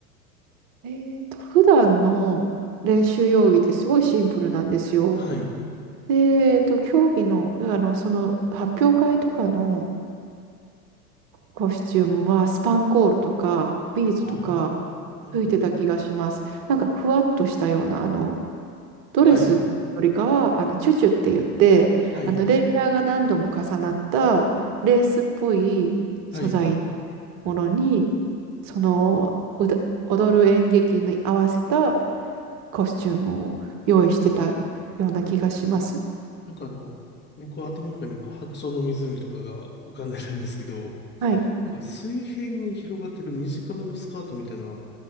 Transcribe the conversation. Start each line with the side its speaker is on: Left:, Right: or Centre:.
Right: えーと、普段の練習用着ってすごいシンプルなんですよ。
Left: はい。
Right: で、えーと、競技の、あの、その発表会とかのコスチュームはスパンコールとかビーズとか
Left: ああ、なるほど。
Right: 吹いてた気がします。なんかふわっとしたような、あの、ドレスよりかは、
Left: はい。
Right: あの、チュチュって言って、
Left: はい。
Right: あの、レイヤーが何度も重なったレースっぽい素材
Left: はい。
Right: ものに、その、うだ踊る演劇に合わせたコスチュームを用意してたような気がします。
Left: なんかあの、僕は頭の中に今、白鳥の湖とかが浮かんでるんですけど、
Right: はい。
Left: なんか水平に広がってる短めのスカートみたいな